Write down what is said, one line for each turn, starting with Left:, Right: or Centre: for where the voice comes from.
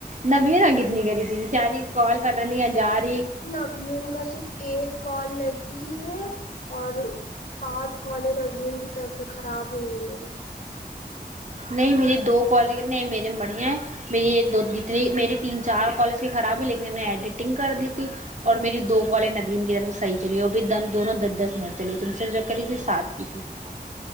Right: نبی ن کتنی کری تھی بچاری کوال پتہ نہیں آ جار
Left: نبیون کا صرف ایک کال لگی ہے اور پانچ کال نبیون کی طرف سے خراب ہوئی میری
Right: نہیں میری دو کالج نہیں میرے میں بڑھیا ہیں میری جتنی میری تین چار کالج کی خراب ہوئی لیکن نے ایڈیٹنگ کر دی تھی اور میری دو کالج نبی ان کی طرف صحیح چلی بھی دونوں دس دس منٹ چلی تم سے کر لیجیے ساتھ کی تھی <unintelligible>